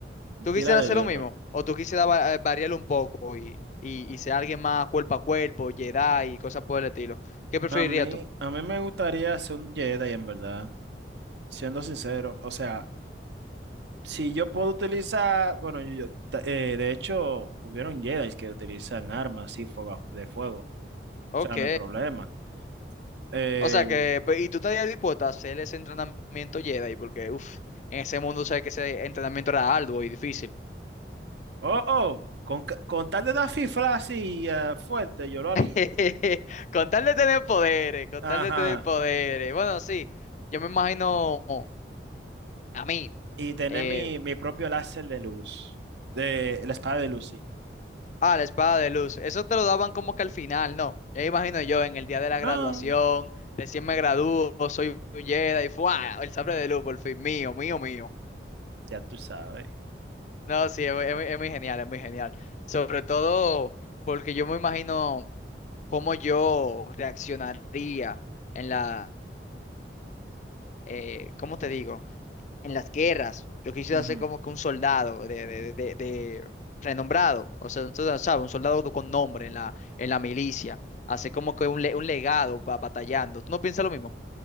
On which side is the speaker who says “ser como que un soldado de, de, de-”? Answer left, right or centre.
Left